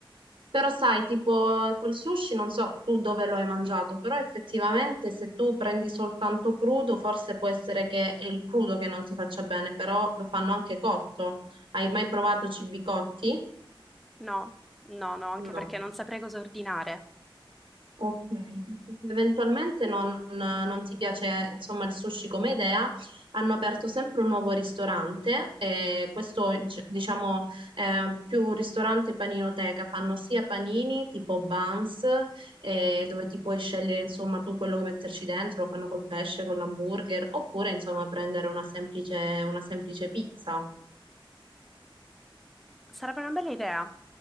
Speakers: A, on the right (about 70°); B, in the centre.
A: Però sai, tipo col sushi, non so tu dove lo hai mangiato, però effettivamente se tu prendi soltanto crudo, forse può essere che è il crudo che non ti faccia bene, però lo fanno anche cotto. Hai mai provato cibi cotti?
B: No, no, no, anche
A: No.
B: perché non saprei cosa ordinare.
A: Ok, perché se eventualmente non, non ti piace, insomma, il sushi come idea, hanno aperto sempre un nuovo ristorante, e questo è, gi- diciamo è più un ristorante paninoteca, fanno sia panini tipo buns, eh, dove ti puoi scegliere insomma tu quello che metterci dentro, lo fanno col pesce, con l'hamburger, oppure insomma prendere una semplice, una semplice pizza.
B: Sarebbe una bella idea,